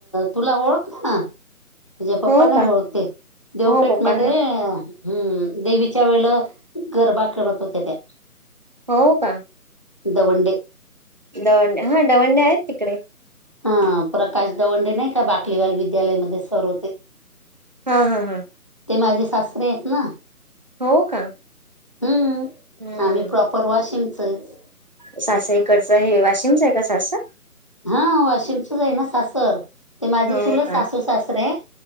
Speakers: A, on the left; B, on the right.
A: तुला ओळखते ना. तुझ्या पप्पा
B: हो
A: नाही
B: का
A: ओळखते देवपेठ
B: हो पप्पांना
A: मध्ये. हम्म देवीच्या वेळेला गरबा करत होत्या त्या.
B: हो का?
A: दवंडे.
B: दवंडे हा दवंडे आहेत तिकडे?
A: हा प्रकाश दवंडे नाही का बाकलीवाल विद्यालयमध्ये सर होते.
B: हा हा हा.
A: ते माझे सासरे आहेत ना.
B: हो का?
A: हम्म
B: हम्म
A: आम्ही प्रॉपर वाशिमचच.
B: सासईकडचं हे वाशिमच आहे का सास.
A: ह वाशिमचच आहे ना सासर ते माझी
B: हो
A: चुलंत
B: का
A: सासू सासर आहे.